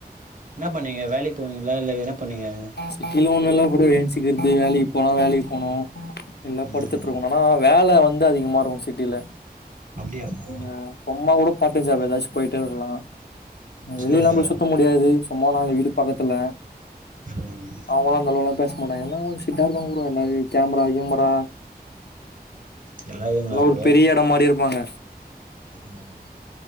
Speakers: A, on the right; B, on the left.
A: என்ன பண்ணுவீங்க வேலைக்கு போவீங்களா இல்ல என்ன பண்ணுவீங்க
B: சிட்டில ஒன்னு இல்ல ப்ரோ எப்பவு எந்ச்சிக்கிறது வேலைக்கு போனா வேலைக்கு போணு எல்லா
A: ம்
B: படுத்துட்டு இருக்கணு ஆனா வேல வந் த அதிகமாருக்கு சிட்டில
A: அப்டியா ப்ரோ
B: இங்க பொம்மா கூட பார்ட் டைம் ஜாப் எதாச்சு போயிட்டே இருக்கலா
A: சூப்பர்
B: வெளில எல்லாம்
A: ப்ரோ
B: போய் சுத்த முடியாது சும்மா நாளு வீடு பக்கத்துல
A: ம்
B: அவுங்களா அந்த அளவுலா பேச மாட்டாங்க எல்லாங் கொஞ்சோ ஸ்ட்ரிக்ட்டா இருப்பாங்க ப்ரோ எல்லா கேமரா கீமறா
A: நல்லா இருக்கீங்களா
B: எல்லா
A: ப்ரோ
B: ஒரு பெரிய எடோ மாரி இருப்பாங்க
A: ம்